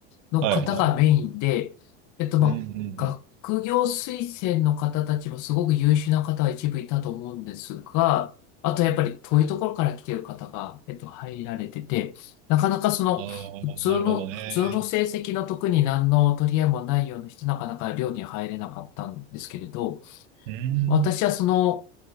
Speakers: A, on the left; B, on the right.
A: の方がメインで、
B: はいはい。
A: えっと、まあ、
B: うんうんうん。
A: 学業推薦の方たちもすごく優秀な方が一部いたと思うんですが、あとやっぱり遠いところから来ている方が、えっと、入られてて、なかなかその、
B: ああ、
A: 普通の、
B: なるほどね。
A: 普通の成績の特に何の取り合いもないような人、なかなか寮に入れなかったんですけれど、
B: うん。
A: 私はその、